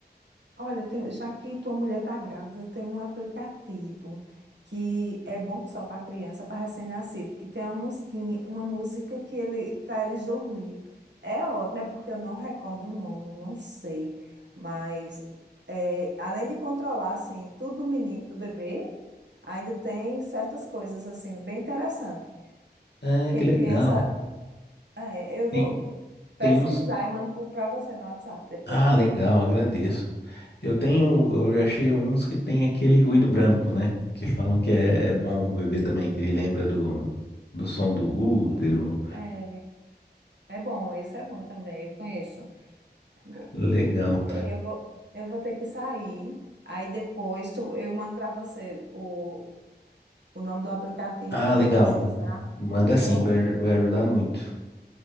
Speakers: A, on the right; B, on the left.
A: Olha, tem- já que tua mulher está grávida, tem um aplicativo que é bom que só para criança, para recém-nascido, que tem uma musiquinha, uma música que ele para eles dormir. É ótimo, é porque eu não recordo o nome, eu não sei, mas é, além de controlar assim tudo do menino, do bebê, ainda tem certas coisas assim bem interessante.
B: Ah,
A: Porque
B: que legal.
A: criança, é, eu vou
B: Tem,
A: pesquisar
B: tem uns.
A: e mando para você no WhatsApp depois.
B: Ah, legal, agradeço. Eu tenho, eu achei uns que tem aquele ruído branco, né? Que falam que é, é bom pro bebê também, que ele lembra do, do som do útero.
A: Do- É, É bom, isso é bom também, eu conheço. É bom.
B: Legal.
A: É, Eu vou, eu vou ter que sair. Aí depois tu, eu mando para você o, o nome do aplicativo,
B: Ah, legal.
A: vou pesquisar,
B: Manda
A: tá
B: sim,
A: bom?
B: vai, aj- vai ajudar muito.